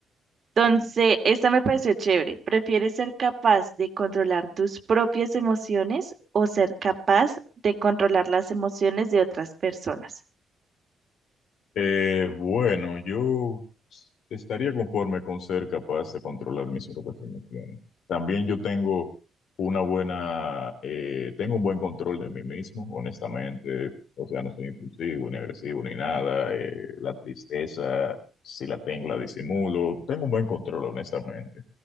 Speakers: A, on the right; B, on the left.
A: Entonces, esta me pareció chévere. ¿Prefieres ser capaz de controlar tus propias emociones o ser capaz de controlar las emociones de otras personas?
B: Eh, bueno, yo estaría conforme con ser capaz de controlar mis propias emociones. También yo tengo una buena, eh, tengo un buen control de mí mismo, honestamente. O sea, no soy impulsivo, ni agresivo, ni nada. Eh, la tristeza, si la tengo, la disimulo. Tengo un buen control, honestamente.